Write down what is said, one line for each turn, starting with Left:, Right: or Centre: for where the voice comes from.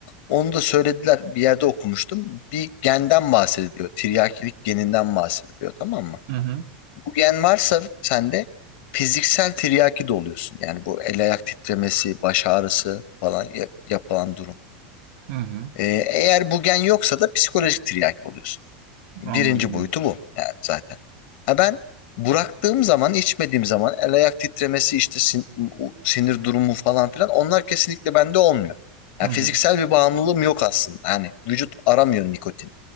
Left: onu da söylediler bir yerde okumuştum. Bir genden bahsediliyor. Tiryakilik geninden bahsediliyor tamam mı?
Right: Hı hı.
Left: Bu gen varsa sende fiziksel tiryaki de oluyorsun. Yani bu el ayak titremesi, baş ağrısı falan ya- yapılan durum.
Right: Hı hı.
Left: E, eğer bu gen yoksa da psikolojik tiryaki oluyorsun. Birinci
Right: Anladım
Left: boyutu
Right: abi.
Left: bu yani zaten. Ha ben bıraktığım zaman, içmediğim zaman el ayak titremesi işte sin- sinir durumu falan filan onlar kesinlikle bende olmuyor. Yani
Right: Hı hı.
Left: fiziksel bir bağımlılığım yok aslında. Yani vücut aramıyor nikotini.